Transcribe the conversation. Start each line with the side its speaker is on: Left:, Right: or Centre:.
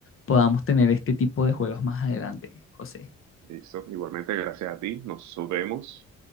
Left: podamos tener este tipo de juegos más adelante, José.
Right: Listo, igualmente, gracias a ti, nos vemos.